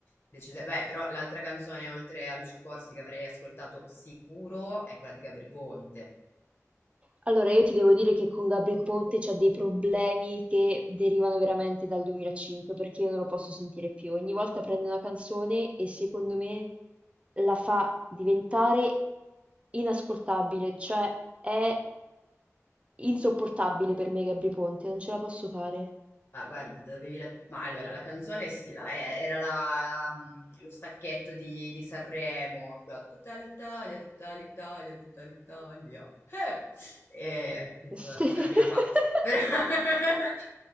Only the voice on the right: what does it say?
Allora, io ti devo dire che con Gabri Ponte c'ho dei problemi che derivano veramente dal 2005, perché io non lo posso sentire più. Ogni volta prende una canzone e secondo me la fa diventare inascoltabile, cioè è insopportabile per me Gabri Ponte, non ce la posso fare.
<laughs>